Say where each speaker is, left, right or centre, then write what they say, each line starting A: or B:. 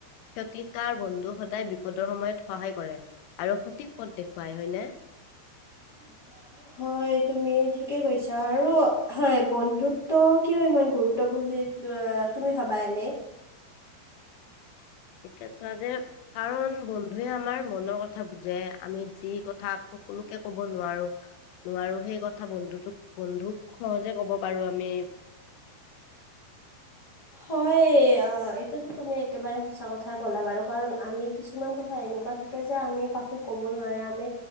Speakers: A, on the left; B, on the left.
A: <unintelligible> বন্ধু সদায় বিপদৰ সময়ত সহায় কৰে আৰু সঠিক পথ দেখুৱায় হয়নে?
B: <inaudible> হয়, তুমি ঠিকে কৈছা আৰু বন্ধুত্ব কিয় ইমান গুৰুত্ব বুলি তুমি ভবা এনেই
A: এতিয়া চোৱা যে কাৰণ বন্ধুৱে আমাৰ মনৰ কথা বুজে আমি যি কথা সকলোকে কব নোৱাৰো নোৱাৰো সেই কথা বন্ধুতোক বন্ধুক সহজে কব পাৰো আমি।
B: হয়, এইটোতো তুমি একেবাৰে সঁচা কথাই ক'লা বাৰু, কাৰণ আমি কিছুমান কথা এনেকুৱা থাকে যে আমি কাকো ক'ব নোৱাৰে আমি